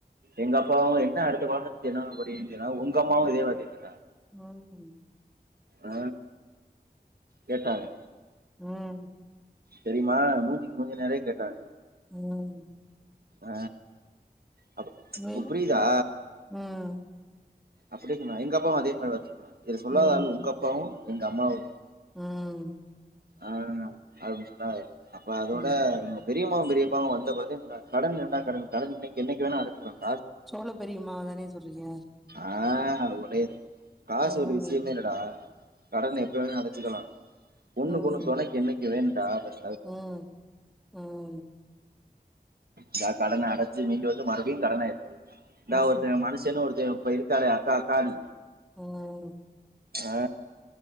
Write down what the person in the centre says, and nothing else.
<inaudible>
ம்
ம்
வே
ம்
ம்,
ம்
ம்.
சோள பெரியமாவ தானே சொல்றீங்க
ம்
ம்
ம் ம்
ம்ஹும்
உஹம்